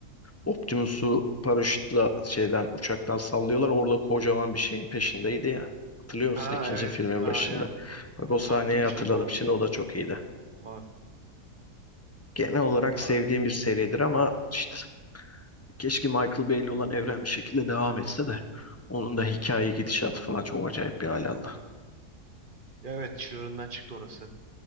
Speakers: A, on the left (about 20°); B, on the right (about 35°).
A: Optimus'u paraşütle şeyden uçaktan sallıyorlar. Orada kocaman bir şeyin peşindeydi ya. Hatırlıyor musun
B: Ha
A: ikinci
B: evet
A: filmin
B: aynen.
A: başında? Bak
B: Bu
A: o sahneyi
B: tank gibi
A: hatırladım.
B: bir şey oldu.
A: Şimdi o da çok iyiydi.
B: Ha,
A: Genel olarak
B: vallahi.
A: sevdiğim bir seridir ama işte keşke Michael Bay'li olan evren bir şekilde devam etse de onun da hikaye gidişatı falan çok acayip bir hal aldı.
B: Ya evet çığırından çıktı orası.